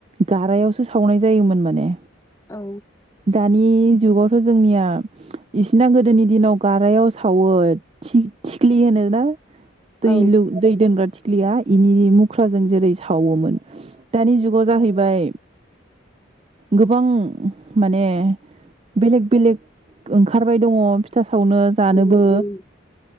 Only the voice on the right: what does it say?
गारायावसो सावनाय जायोमोन माने
दानि जुगावथ जोंनिया इसिना गोदोनि दिनाव गारायाव सावो थिग थिख्लि होनो ना दै
लु दै दोनग्रा थ ख्लिया इनि मुख्राजों जेरै सावोमोन दानि जुगाव जाहैबाय गोबां माने बेलेग बेलेक ओंखारबाय दङ फिथा सावनो जानोबो